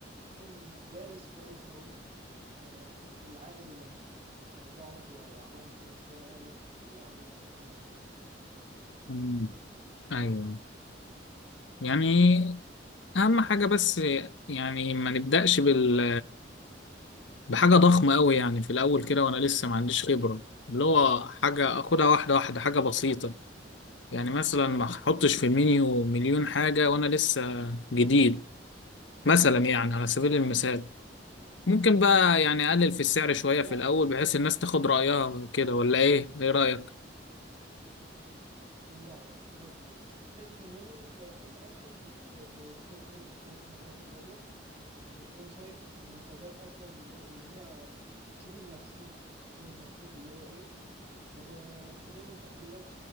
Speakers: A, on the right; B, on the left.
A: تكون دارس كويس قوي آه، العائد اللي هيرجع لك لو عملت الاختيار ألف أو لو عملت الاختيار ب
B: مم. ايوه يعني اهم حاجة بس يعني ما نبدأش بال... بحاجة ضخمة قوي يعني في الاول كده وانا لسه ما عنديش خبرة اللي هو حاجة اخدها واحدة واحدة حاجة بسيطة يعني مثلا ما احطش في المنيو مليون حاجة وانا لسه جديد مثلا يعني على سبيل المثال ممكن بقى يعني اقلل في السعر شوية
A: لا
B: في الاول
A: بص
B: بحيث الناس تاخد رأيها وكده ولا ايه ايه رأيك
A: لا لا بص بص حتة المنيو آه، انت اصلا بت... بتكون عامل حاجة اسمها دراسة جدوى وبتكون شايف المنتجات اصلا اللي اللي هي بتشوف المنافسين بتشوف المنافسين بيبيعوا ايه وبتعمل تحليلات